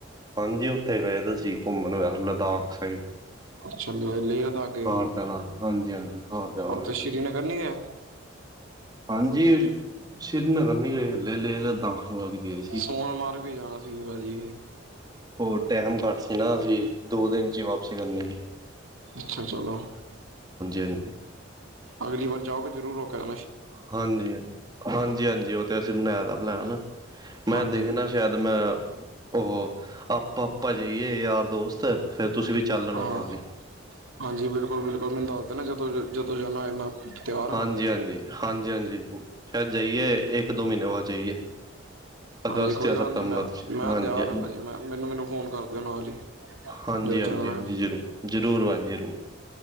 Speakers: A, on the right; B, on the right.
A: ਹਾਂਜੀ ਉੱਥੇ ਗਏ ਤੁਸੀਂ ਘੁੰਮਣ ਹੋਇਆ ਲੱਦਾਖ ਸਾਈਡ,
B: ਚਲੋ ਲੇਹ ਲੱਦਾਖ ਗਏ
A: ਘਰਦਿਆਂ
B: ਸੀ,
A: ਨਾਲ ਹਾਂਜੀ ਹਾਂਜੀ ਘਰਦਿਆਂ ਨਾਲ
B: ਉਥੇ
A: ਗਏ ਤੇ
B: ਸ੍ਰੀਨਗਰ
A: ਸੀ
B: ਨਹੀਂ ਗਏ।
A: ਹਾਂਜੀ ਸ੍ਰੀਨਗਰ ਨਹੀਂ ਗਏ, ਹਲੇ ਲੇਹ ਲੱਦਾਖ ਵ ਗਏ ਸੀ
B: ਸੋਨਮਾਰਗ ਵੀ ਜਾਣਾ ਸੀ ਭਾਜੀ
A: ਹੋਰ ਟਾਈਮ ਘੱਟ ਸੀ ਨਾ ਅਸੀਂ, ਦੋ ਦਿਨ 'ਚ ਵਾਪਸੀ ਕਰਨੀ ਜੀ,
B: ਅੱਛਾ ਚਲੋ
A: ਹਾਂਜੀ
B: ਅਗਲੀ ਵਾਰ ਜਾਓਗੇ ਜਰੂਰ ਰੋਕਣਾ,
A: ਹਾਂਜੀ-ਹਾਂਜੀ-ਹਾਂਜੀ ਉਹ ਤੇ ਅਸੀਂ ਬਣਾਈ ਦਾ ਪਲੈਨ ਮੈਂ
B: ਹਾਂਜੀ
A: ਦੇਖਣਾ ਸ਼ਾਇਦ ਮੈਂ ਉਹ ਆਪਾਂ ਆਪਾਂ ਜਾਈਏ ਯਾਰ ਦੋਸਤ ਫੇਰ ਤੁਸੀਂ ਵੀ ਚੱਲ ਲੈਣਾ
B: ਹਾਂ
A: ਨਾਲ ਹੀ
B: ਹਾਂਜੀ ਬਿਲਕੁਲ-ਬਿਲਕੁਲ ਮੈਨੂੰ ਦੱਸ ਦੇ ਨਾ ਜਦੋਂ ਜਦੋਂ ਜਾਣਾ ਹੋ ਮੈਂ, ਤਿਆਰ ਹਾਂ
A: ਹਾਂਜੀ-ਹਾਂਜੀ-ਹਾਂਜੀ-ਹਾਂਜੀ
B: ਮੈਂ ਤੇ
A: ਸ਼ਾਇਦ ਜਾਈਏ ਇੱਕ ਦੋ ਮਹੀਨੇ ਬਾਅਦ ਜਾਈਏ ਅਗਸਤ
B: ਹਾਂਜੀ ਕੋਈ
A: ਜਾਂ
B: ਗੱਲ
A: ਸਤੰਬਰ
B: ਨੀ ਮੈਂ
A: ਚ
B: ਮੈਂ
A: ਹਾਂਜੀ
B: ਤਿਆਰ
A: ਹਾਂਜੀ
B: ਹਾ ਭਾਜੀ ਮੈਂ ਮੈਨੂੰ-ਮੈਨੂੰ ਫੋਨ ਕਰ ਦਿਓ ਨਾਲ ਹੀ,
A: ਹਾਂਜੀ-ਹਾਂਜੀ-ਹਾਂਜੀ
B: ਜਦੋਂ ਜਾਣਾ
A: ਜ਼ਰੂਰ-ਜ਼ਰੂਰ ਭਾਜੀ ਜ਼ਰੂਰ,